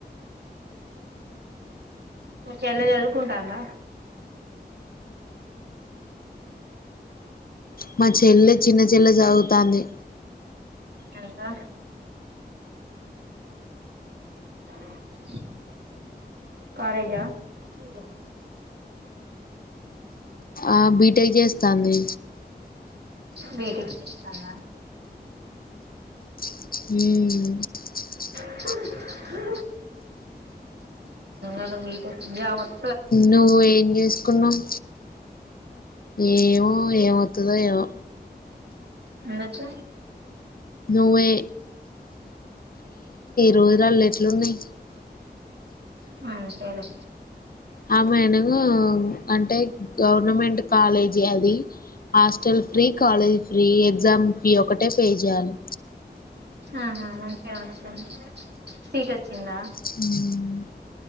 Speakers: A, on the right; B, on the left.
A: ఆ చెల్లె చదువుకుంటాందా.
B: మా చెల్లె చిన్న చెల్లె సదువుతాంది.
A: ఇంకా <inaudible> కాలేజా, స్కూలా.
B: ఆ బీటెక్ చేస్తాంది.
A: బీటెక్ చేస్తాందా.
B: హ్మ్
A: <inaudible> ఊ అది బీటెక్ జాబ్ వత్
B: నువ్వు ఏం చేసుకున్నవు ఏమో ఏమవుతదో ఏమో.
A: వెళ్ళోచ్చా.
B: నువ్వె రోజులల్ల ఎట్లున్నాయి
A: <inaudible> అంతేలే
B: ఆమెను అడుగు అంటే గవర్నమెంట్ కాలేజీ అది. హాస్టల్ ఫ్రీ, కాలేజ్ ఫ్రీ ఎ ఎగ్జామ్ ఫీ ఒకటే పే చేయాలే.
A: ఆహా ఒకే ఒకే సీట్ ఒచ్చిందా.
B: హ్మ్